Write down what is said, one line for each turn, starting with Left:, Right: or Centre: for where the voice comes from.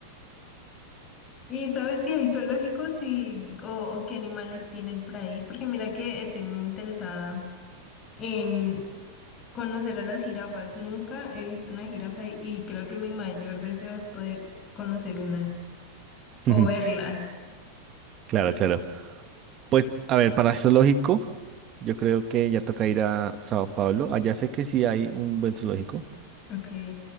Left: ¿Y sabes si hay zoológicos y, o, o qué animales tienen por ahí? Porque mira que estoy muy interesada en conocer a las jirafas. Nunca he visto una jirafa y, y creo que mi mayor deseo es poder conocer una o
Right: <laughs> Ujú,
Left: verlas.
Right: Claro,
Left: Porque,
Right: claro. Pues, a ver, para zoológico, yo creo que ya toca ir a Sao Paulo. Allá sé que sí hay un buen zoológico
Left: ok.